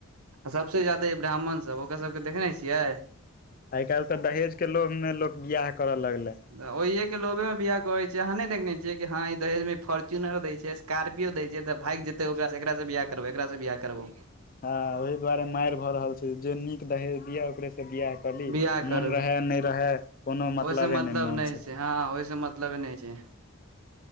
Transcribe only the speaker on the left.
आय कैल्ह तऽ दहेज के लोभ में लोग बियाह करऽ लगलेै।
हँ ओहि दुआरे मैर भऽ रहल छै जे नीक दहेज दिये ओकरे से बियाह। कहली
मोन
रहेए नै रहेए कोनो मतलबे
नै मोनसँ।